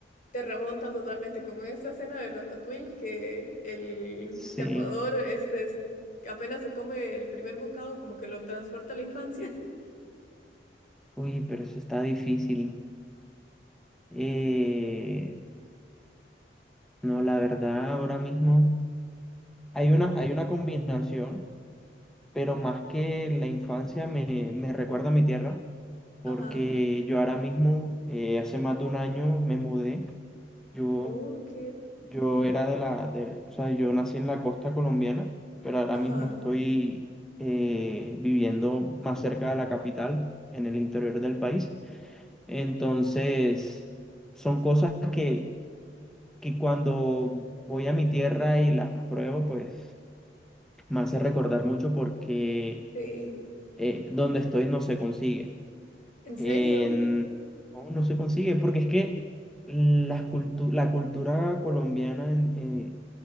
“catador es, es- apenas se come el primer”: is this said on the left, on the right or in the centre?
Left